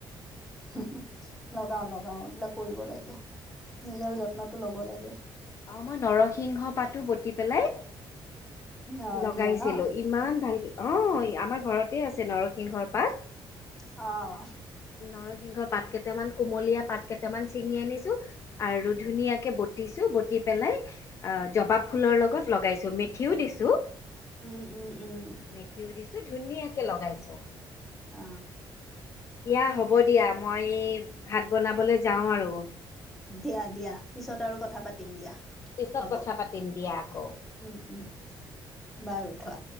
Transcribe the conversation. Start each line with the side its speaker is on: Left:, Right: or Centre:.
Centre: <unintelligible> লগাও-লগাও এইবিলাক কৰিব লাগে, নিজৰ যত্নটো লব লাগে।
Left: অঁ! মই নৰসিংহ পাতো বতি পেলাই
Centre: অ
Left: লগাইছিলো।
Centre: দিয়া ন
Left: ইমান ভাল অঁ আমাৰ ঘৰতে আছে নৰসিংহৰ পাত।
Centre: অ
Left: নৰসিংহৰ পাত কেইটামান কুমলীয়া পাত কেইটামান ছিঙি আনিছো আৰু ধুনীয়াকে বটিছো বতি পেলাই অ জবা ফুলৰ লগত লগাই মেথিও দিছোঁ
Centre: উম উম উম
Left: মেথিও দিছোঁ ধুনীয়াকে লগাইছো
Centre: অ
Left: এয়া হ'ব দিয়া মই এই ভাত বনাবলৈ যাওঁ আৰু
Centre: দিয়া দিয়া পিছত আৰু কথা পাতিম দিয়া
Left: পিছত
Centre: হ'ব
Left: কথা পাতিম দিয়া আকৌ।
Centre: উম উম বাৰু থোৱা।